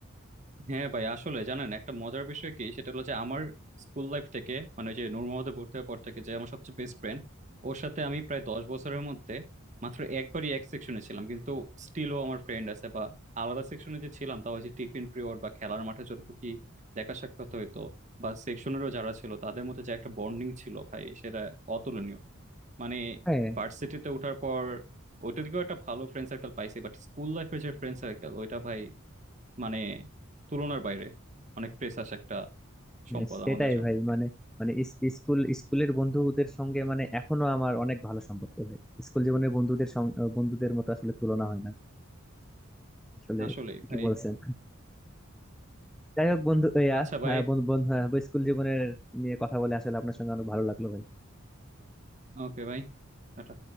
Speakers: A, on the right; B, in the centre.
A: হ্যাঁ ভাই আসলে জানেন একটা মজার বিষয় কি সেটা হলো যে আমার স্কুল লাইফ থেকে মানে ওই যে নূর মোহাম্মদে ভর্তি হওয়ার পর থেকে যে আমার সবচেয়ে বেস্ট ফ্রেন্ড ওর সাথে আমি প্রায় দশ বছরের মধ্যে মাত্র একবারই এক সেকশনে ছিলাম কিন্তু স্টিলও আমার ফ্রেন্ড আছে বা আলাদা সেকশনে যে ছিলাম তাও ওই যে টিফিন পিরিয়ড বা খেলার মাঠে যতটুকু কি দেখা সাক্ষাৎ হইতো বা সেকশনেরও যারা ছিল তাদের মধ্যে যে একটা বন্ডিং ছিল ভাই সেটা অতুলনীয় মানে
B: হ্যাঁ
A: ভার্সিটিতে ওঠার পর ওইটার দিকেও একটা ভালো ফ্রেন্ড সার্কেল পাইছি বাট স্কুল লাইফের যে ফ্রেন্ড সার্কেল ওইটা ভাই মানে তুলনার বাইরে অনেক প্রেসাস একটা
B: হ্যাঁ,
A: সম্পদ
B: সেটাই
A: আমাদের জন্য
B: ভাই
A: ভাই।
B: মানে মানে ইস- স্কুল স্কুলের বন্ধুদের সঙ্গে মানে এখনো আমার অনেক ভালো সম্পর্ক ভাই স্কুল জীবনের বন্ধুদের সঙ্গে বন্ধুদের মতো আসলে তুলনা হয় না আসলে
A: আসলেই
B: কি
A: ভাই
B: বলছেন যাই হোক বন্ধু ইয়া
A: আচ্ছা ভাই
B: হ্যাঁ বন্ধু বন্ধু হ্যাঁ স্কুল জীবনের নিয়ে কথা বলে আসলে আপনার সঙ্গে অনেক ভালো লাগলো ভাই
A: ওকে ভাই টাটা।